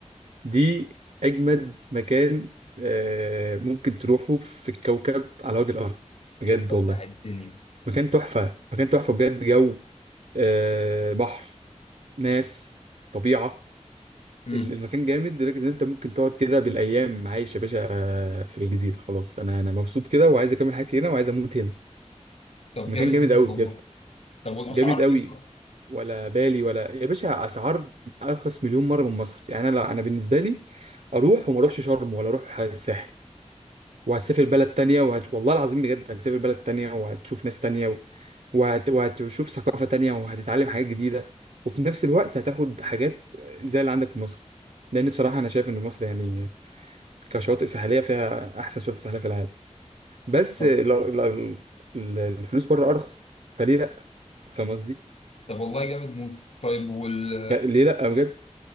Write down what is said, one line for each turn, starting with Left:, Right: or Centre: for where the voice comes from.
Right: دي أجمد مكان آه، ممكن تروحه في الكوكب على وجه الأرض بجد
Left: ولع
Right: والله
Left: الدنيا
Right: مكان تحفة مكان تحفة بجد جو آه، بحر ناس طبيعة
Left: مم.
Right: ال- المكان جامد لدرجة إن أنت ممكن تقعد كده بالأيام عايش يا باشا آه، في الجزيرة خلاص أنا أنا مبسوط كده وعايز أكمل حياتي هنا وعايز أموت هنا
Left: طب
Right: المكان
Left: جامد
Right: جامد
Left: موت
Right: أوي
Left: والله
Right: بجد
Left: طب والاسعار
Right: جامد أوي
Left: ايه بقى؟
Right: ولا بالي ولا يا باشا أسعار أرخص مليون مرة من مصر يعني أنا أنا بالنسبة لي أروح وما أروحش شرم ولا أروح الساحل وهتسافر بلد تانية وهت... والله العظيم بجد هتسافر بلد تانية وهتشوف ناس تانية و... وهت... وهتشوف ثقافة تانية وهتتعلم حاجات جديدة وفي نفس الوقت هتاخد حاجات زي اللي عندك في مصر لأن بصراحة أنا شايف إن مصر يعني كشواطئ ساحلية فيها أحسن شواطئ ساحلية في العالم بس
Left: طب
Right: ال... ال... ال- ال- الفلوس بره أرخص فليه لأ فاهم قصدي؟
Left: طب والله جامد موت طيب وال
Right: ليه لأ بجد